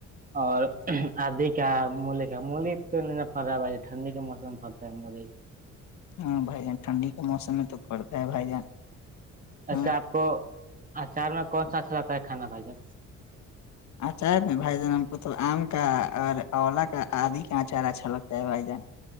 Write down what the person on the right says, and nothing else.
اور کا ملی کا ملی را ہے بھائی ٹھنڈی کے موسم پ فرتا ہے مجائی
ایسے
آپ کو اچار میں کون سا اچھا لگتا ہے کھانا بھائی جا